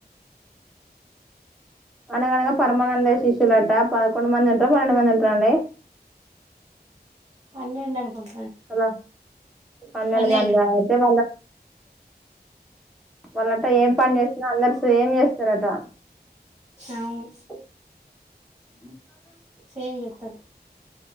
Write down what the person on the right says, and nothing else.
పన్నెండు అనుకుంట
పన్నెండు
అవును
సేమ్ చేస్తారు